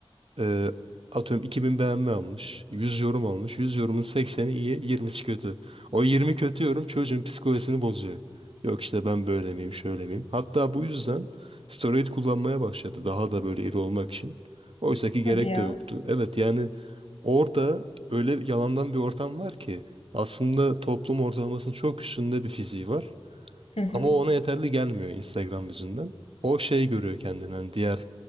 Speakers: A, on the right; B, on the left.
A: Ee, atıyorum 2000 beğenme almış. 100 yorum almış. 100 yorumun 80'i iyi, 20'si kötü. O 20 kötü yorum çocuğun psikolojisini bozuyor. Yok işte ben böyle miyim, şöyle miyim? Hatta bu yüzden steroid kullanmaya başladı. Daha da böyle iri olmak için. Oysa ki gerek
B: Hadi ya.
A: de yoktu. Evet yani orada öyle yalandan bir ortam var ki aslında toplum ortalamasının çok üstünde bir fiziği var.
B: Hı hı.
A: Ama ona yeterli gelmiyor Instagram yüzünden. O şey görüyor kendinden. Diğer